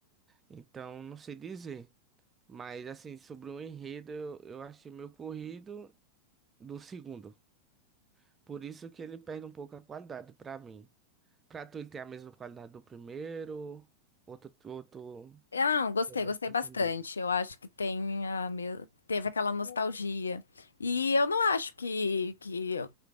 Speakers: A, on the right; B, on the left.
A: Então, não sei dizer. Mas, assim, sobre o enredo, eu, eu achei meio corrido do segundo. Por isso que ele perde um pouco a qualidade, pra mim. Pra tu, ele tem a mesma qualidade do primeiro, outro, outro,
B: Eu não, gostei,
A: o mesmo
B: gostei
A: pensamento.
B: bastante. Eu acho que tem a me- teve aquela nostalgia. E eu não acho que, que eu-